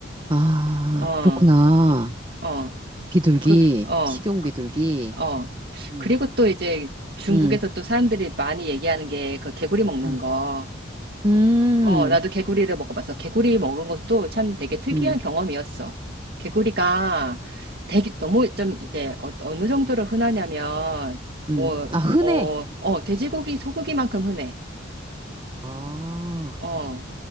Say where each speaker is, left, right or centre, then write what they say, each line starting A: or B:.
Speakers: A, on the right (about 25°); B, on the right (about 50°).
A: 아,
B: 어,
A: 그렇구나.
B: 어,
A: 비둘기,
B: 그, 어,
A: 식용 비둘기,
B: 어.
A: 음,
B: 그리고 또 이제 중국에서
A: 음,
B: 또 사람들이 많이 얘기하는 게 그 개구리 먹는
A: 음.
B: 거.
A: 음.
B: 어, 나도 개구리를 먹어봤어. 개구리 먹은 것도 참 되게 특이한
A: 음,
B: 경험이었어. 개구리가 되게 너무 좀 이제 어, 어느 정도로 흔하냐면,
A: 음.
B: 뭐,
A: 아, 흔해.
B: 어, 어, 돼지고기, 소고기만큼 흔해.
A: 아,
B: 어,